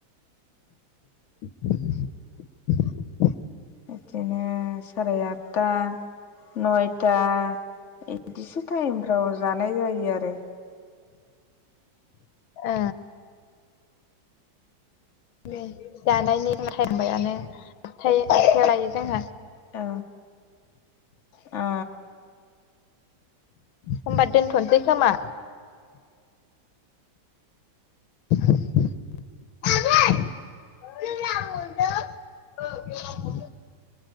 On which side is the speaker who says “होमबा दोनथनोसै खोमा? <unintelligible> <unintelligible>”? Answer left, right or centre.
Left